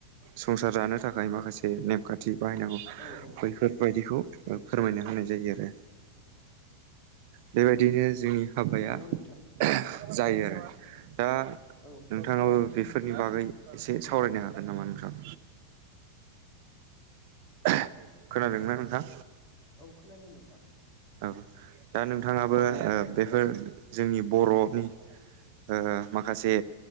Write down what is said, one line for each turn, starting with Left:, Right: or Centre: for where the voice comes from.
Right: संसार जानो थाखाय माखासे नेमखान्थि बाहायनांगौ
Left: औ औ
Right: बैफोरबायदिखौ ओ फोरमायना होनाय जायो आरो बेबायदिनो जोंनि हाबाया
Left: नंगौ नोंथां
Right: ओह जायो आरो दा
Left: औ
Right: नोंथाङाबो बेफ फोरनि बागै एसे सावरायनो हागोन नामा नोंथाङा? ओह खोनादोंना नोंथां?
Left: औ खोनादों नोंथां
Right: औ दा नोंथाङाबो ओ बेफोर जोंनि बर'नि ओ माखासे